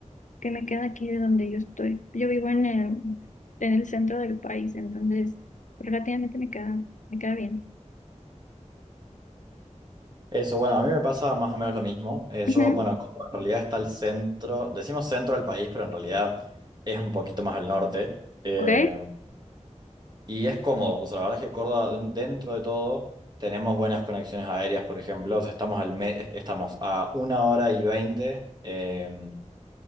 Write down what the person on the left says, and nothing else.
que me queda aquí de donde yo estoy. Yo vivo en el, en el centro del país, entonces relativamente me queda, me queda bien.
Ujú,
Ok,